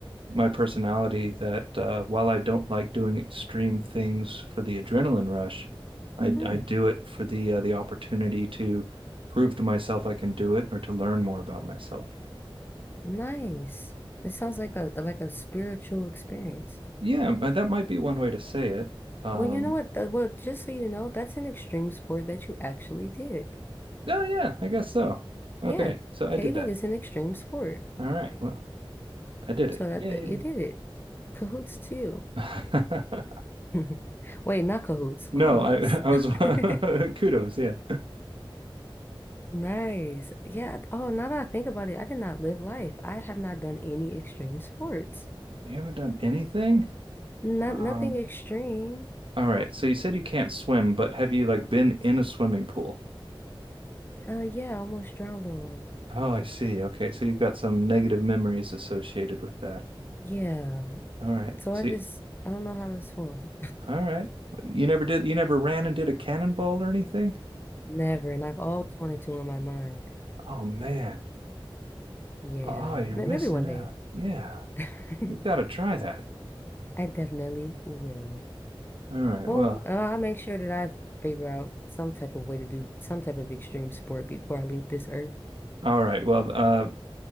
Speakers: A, on the right; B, on the left.
A: my personality that uh, while I don't like doing extreme things for the adrenaline rush, mm-hmm.
B: Hmm,
A: I, I do it for the uh, the opportunity to prove to myself I can do it or to learn more about myself.
B: nice. It sounds like a like a spiritual experience.
A: Yeah, that might be one way to say it. Um,
B: Well, you know what? th- Well, just so you know, that's an extreme sport that you actually did.
A: oh yeah, I guess so. Okay,
B: Yeah,
A: so I
B: caving
A: did that.
B: is an extreme sport.
A: All right, well, I did
B: So
A: it.
B: that,
A: Yay.
B: that you did it. Cahoots to you.
A: <laughs>
B: <laughs> Wait, not cahoots, kudos.
A: No, I I was
B: <laughs>
A: <laughs> kudos, yeah.
B: Nice. Yeah. Oh, now that I think about it, I did not live life. I have not done any extreme sports.
A: You haven't done anything?
B: Not
A: Um,
B: nothing extreme.
A: All right. So you said you can't swim, but have you like been in a swimming pool?
B: Uh, yeah, I almost drowned in one.
A: Oh, I see. Okay. So you've got some negative memories associated with that.
B: Yeah.
A: All right.
B: So
A: So,
B: I just
A: you-
B: I don't know how to swim.
A: all right. You never did, you never ran and did a cannonball or anything?
B: <laughs> Never, and I've always wanted to in my mind.
A: Oh, man.
B: Yeah,
A: Oh, you're
B: may-
A: missing
B: maybe one
A: out.
B: day.
A: Yeah.
B: <laughs>
A: You got to try that.
B: I definitely will.
A: All right.
B: Well,
A: Well,
B: uh, I'll make sure that I figure out some type of way to do some type of extreme sport before I leave this earth.
A: all right. Well, uh,